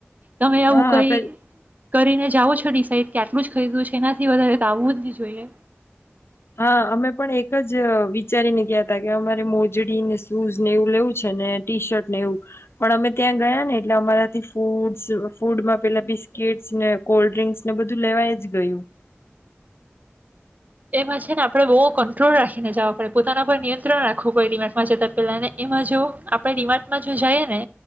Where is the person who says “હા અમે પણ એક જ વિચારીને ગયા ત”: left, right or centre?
Left